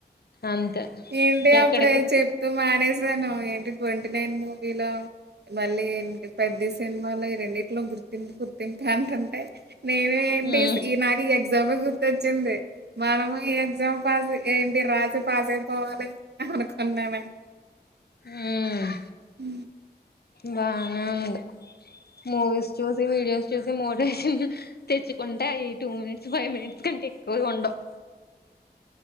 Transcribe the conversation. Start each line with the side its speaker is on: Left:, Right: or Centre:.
Left: అంతే
Right: ఏంటి
Left: ఎక్కడికి
Right: అప్పుడ చెప్తూ మానేసాను ఏంటి ట్వంటీ నైన్ మూవీలో మళ్ళీ ఏంటి పెద్ది సినిమాలో ఈ రెండిట్లో గుర్తింపు గుర్తింపు అంటంటే నేను ఏంటి
Left: ఉమ్
Right: ఈ నాకు ఈ ఎగ్జామ్ లో గుర్తొచ్చింది మనము ఏంటీ ఎగ్జామ్ పాస్ ఏంటి రాసి పాస్ అయిపోవాలి హ అనుకున్నాను.
Left: హ్మ్మ్
Right: అ
Left: బానే ఉంది. మూవీస్ చూసి వీడియోస్ చూసి మోటివేషన్ తెచ్చుకుంటే అయి టూ మినిట్స్ ఫైవ్ మినిట్స్ కంటే ఎక్కువగా ఉండవు.